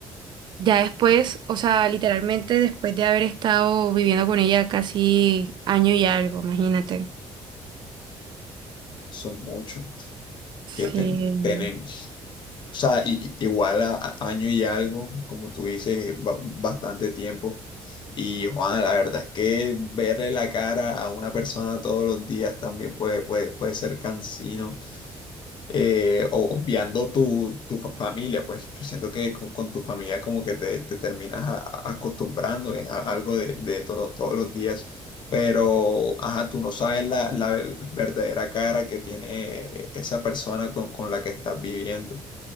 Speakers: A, on the right; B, on the left.
A: Ya después, o sea, literalmente después de haber estado viviendo con ella casi año y algo, imagínate.
B: son muchos
A: Sí.
B: que ten- tienen, o sea, i- i- igual a, a- año y algo, como tú dices, es ba- bastante tiempo. Y Juan, la verdad es que verle la cara a una persona todos los días también puede, puede, puede ser cansino. eh, o- obviando tu, tu fa- familia, pues yo siento que con, con tu familia como que te, te terminas a- a- acostumbrando eh, a algo de, de todo, todos los días, pero ajá, tú no sabes la, la verdadera cara que tiene eh, esa persona con, con la que estás viviendo